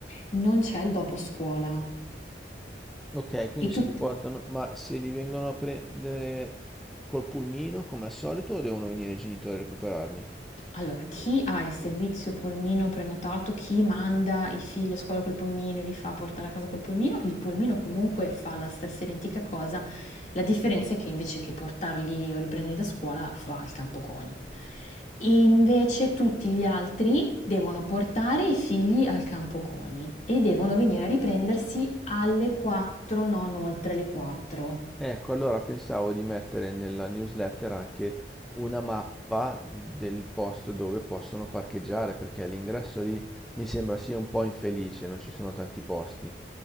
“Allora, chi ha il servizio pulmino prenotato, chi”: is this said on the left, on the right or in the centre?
Left